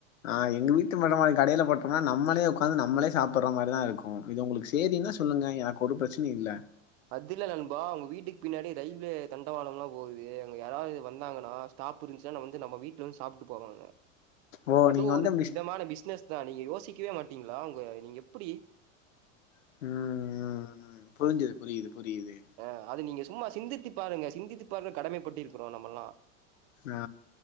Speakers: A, on the left; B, on the right.
A: ஆ எங்க வீட்டு மொட்டமாடி கடைல போட்டோம்னா நம்மளே உக்காந்து நம்மளே சாப்பற மாரிதா இருக்கு இது உங்களுக்கு சேரின்னா சொல்லுங்க எனக்கு ஒரு பிரச்சனயு இல்ல
B: அதுல்ல நண்பா உங்க வீட்டுக்கு பின்னாடி ரயில்வே தண்டவாளம்லா போகுது அங்க யாராவது வந்தாங்கன்னா ஸ்டாப் இருந்துச்சுன் நா வந்து நம்ம வீட்ல வந்து சாப்டு போவாங்க
A: ஓ
B: அது
A: நீங்க வந்து
B: ஒரு
A: அப்டி
B: விதமான பிஸ்னஸ் தானே நீங்க யோசி இருக்கவே மாட்டீங்களா உங்க நீங்க எப்டி
A: ம் ம் ம் புருஞ்சுது புரியுது புரியுது
B: ஆ அது நீங்கஸ் சும்மா சிந்தித்து பாருங்க சிந்தித்து பார்க்க கடமை பட்டிருக்கோ நாம்மல்லா
A: ஆ